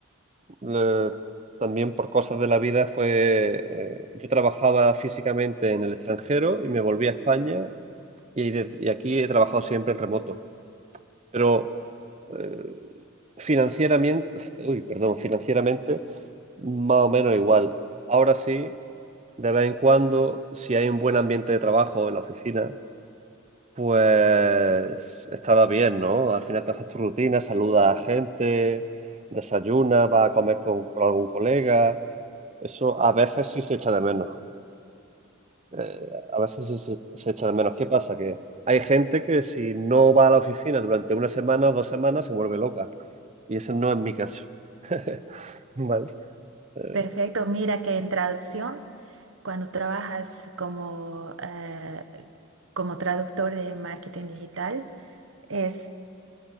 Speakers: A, on the right; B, on the right.
A: Le- también por cosas de la vida fue, eh, yo trabajaba físicamente en el extranjero y me volví a España y, des- y aquí he trabajado siempre en remoto. Pero eh, financieramente, uy, perdón, financieramente más o menos igual. Ahora sí, de vez en cuando, si hay un buen ambiente de trabajo en la oficina, Pues estaba bien, ¿no? Al final te haces tu rutina, saludas a gente, desayunas, vas a comer con, con algún colega. Eso a veces sí se echa de menos. Eh, a veces sí se, se echa de menos. ¿Qué pasa? Que hay gente que si no va a la oficina durante una semana o dos semanas se vuelve loca. Y ese no es mi caso. <laughs> Vale. Eh,
B: Perfecto. Mira que en traducción Cuando trabajas como, eh, como traductor de marketing digital, es